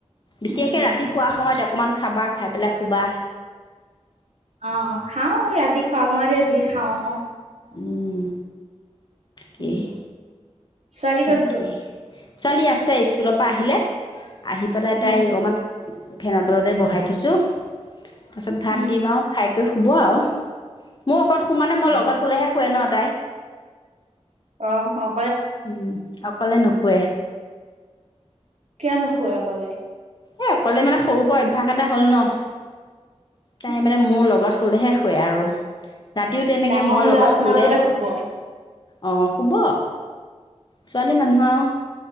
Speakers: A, on the left; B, on the right.
A: বিশেষকে
B: উম
A: ৰাতি শোৱা সময়ত অকণমান। খাবা খাই পেলাই হুবা।
B: অ খাওঁ ৰাতি খোৱা কমা দিয় যি। গাওঁ।
A: উম। কি।
B: উম ছোৱালী
A: তাকে
B: ক'ত গ'ল?
A: চলি আছে স্কুলৰ পৰা আহিলে। আহি পেলাই তাই
B: উম
A: অকমান ফেন তলতে বহাই থৈছোঁ। তাৰ পাছত ভাত
B: উম
A: দিম আৰু খাই শুব আৰু মোৰ লগত শুমানে মই
B: অ
A: লগত শুলেহে শুৱে ন তাই।
B: অ অ।
A: উম অ কলে নোখোৱে।
B: কিয় নুশুৱে অকলে।
A: এই অকলে মানে সৰুৰ পৰা অভ্যাস এটা হ'ল ন। তাই
B: উম
A: মানে মোৰ লগত শুলেহে শু ৱে আৰু। ৰাতিও তেনেকে
B: ডাঙৰ
A: মই
B: হলেও
A: লগত
B: আপোনাৰ
A: শুলে
B: লগতে শুব
A: অ শুব। ছোৱালী মানুহ আৰু।